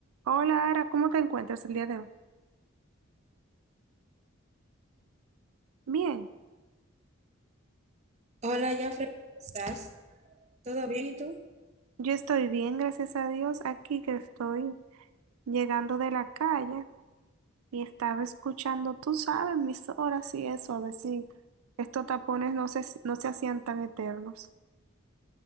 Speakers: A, on the right; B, on the right.
A: Hola, Ara, ¿cómo te encuentras el día de hoy? Bien,
B: Hola, Jafre, ¿cómo estás? ¿Todo bien y tú?
A: yo estoy bien, gracias a Dios, aquí que estoy llegando de la calle y estaba escuchando, tú sabes, mis horas y eso, a ver si estos tapones no se, no se hacían tan eternos.